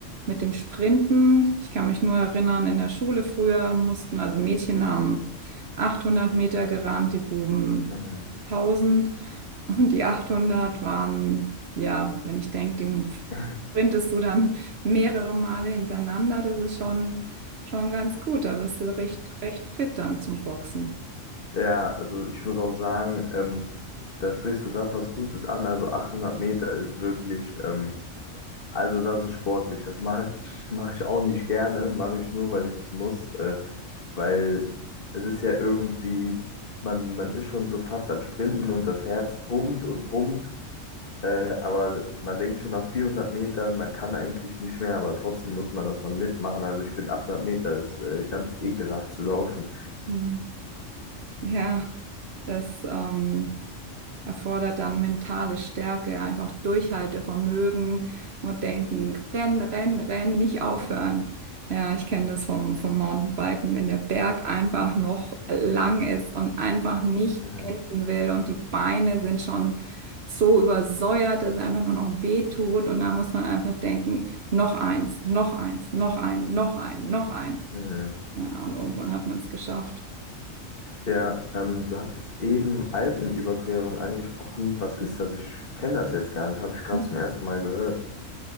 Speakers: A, on the right; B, on the left.
A: mit dem Sprinten, ich kann mich nur erinnern, in der Schule früher mussten, also Mädchen haben 800 Meter gerannt, die Buben
B: Mhm.
A: 1000 und die 800 waren, ja, wenn ich denke, die
B: <laughs>
A: sprintest du dann mehrere Male hintereinander, das ist schon, schon ganz gut, da bist du recht, recht fit dann zum Boxen.
B: Ja, also ich muss auch sagen, ähm, da sprichst du gerade was Gutes an. Also 800 Meter ist wirklich, ähm, also das ist sportlich. Das mache ich, mache ich auch nicht gerne, mache ich nur, weil ich es muss. Äh, weil es ist ja irgendwie, man, man ist schon so fast am Sprinten und das Herz pumpt und pumpt Äh, aber man denkt schon nach 400 Metern, man kann eigentlich nicht mehr, aber trotzdem muss man das noch mitmachen. Also ich finde 800 Meter ist äh, ganz ekelhaft zu laufen.
A: Mhm. Ja, das ähm, erfordert dann mentale Stärke, ja, einfach Durchhaltevermögen, nur denken, rennen, rennen, rennen, nicht aufhören. Ja, ich kenne das vom, vom Mountainbiken, wenn der Berg
B: Mhm.
A: einfach noch lang ist und einfach nicht
B: Mhm.
A: enden will und die Beine sind schon so übersäuert, dass es einfach nur noch weh tut und da muss man einfach denken, noch eins, noch eins, noch ein, noch ein, noch ein.
B: Mhm.
A: Ja, und irgendwann hat man es geschafft.
B: Ja, ähm, du hattest eben Alpenüberquerung angesprochen. Was ist das? Ich kenne das jetzt gar nicht. Habe ich gerade
A: Hm.
B: zum ersten Mal gehört.